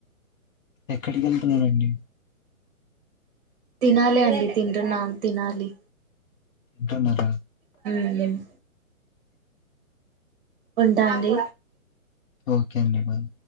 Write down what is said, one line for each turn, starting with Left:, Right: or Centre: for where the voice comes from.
Left: ఎక్కడికి వెళ్తున్నారంండి
Right: తినాలి అండి తింటున్న తినాలి
Left: ఉంటన్నర
Right: హ్మ్మ్ హ్మ్మ్ ఉంటా అండి
Left: ఓకే అండి బాయ్